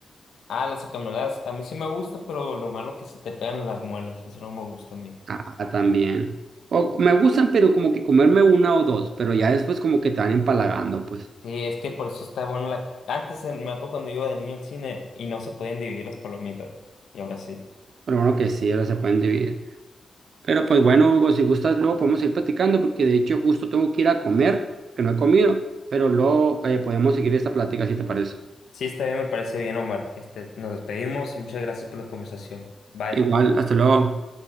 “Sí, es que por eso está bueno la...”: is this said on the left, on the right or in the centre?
Left